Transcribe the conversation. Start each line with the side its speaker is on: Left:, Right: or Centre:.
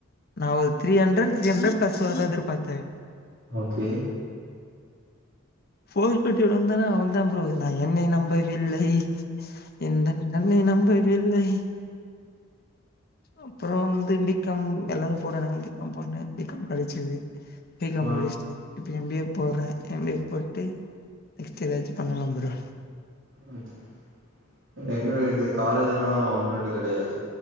Left: நா ஒரு three hundred three hundred plus வருனு எதிர்பாத்த
Right: ஓகே
Left: ஃபோர் ஃபிப்டி வருந்தன வந்த ப்ரோ நா என்னை நம்பவில்லை எந்தன் கண்ணை நம்பவில்லை அப்புறம் வந்து பிகாம் எல்லோரும் போட்டானுங்க பிகாம் போட்ட பிகாம் கடச்சிது பிகாம்
Right: ஆ
Left: முடிச்சிடு இப்ப எம் பி ஏ போடுற எம் பி ஏ போட்டு நெக்ஸ்ட் எதாச்சு பண்ணுலா ப்ரோ
Right: <unintelligible> எங்க இது காலேஜ்லல்ல எல்லா ஒன்வர்ட் கெடையாது